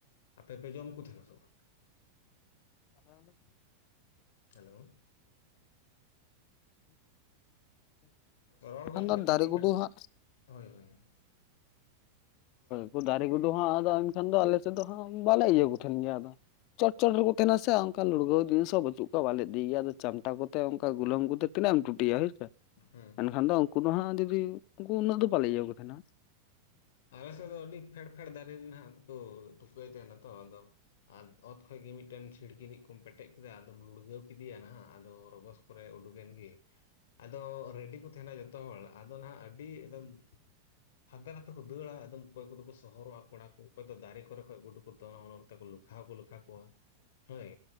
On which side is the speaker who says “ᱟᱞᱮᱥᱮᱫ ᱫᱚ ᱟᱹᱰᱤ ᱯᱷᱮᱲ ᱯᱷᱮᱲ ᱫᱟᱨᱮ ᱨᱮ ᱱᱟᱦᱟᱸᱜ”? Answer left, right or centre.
Left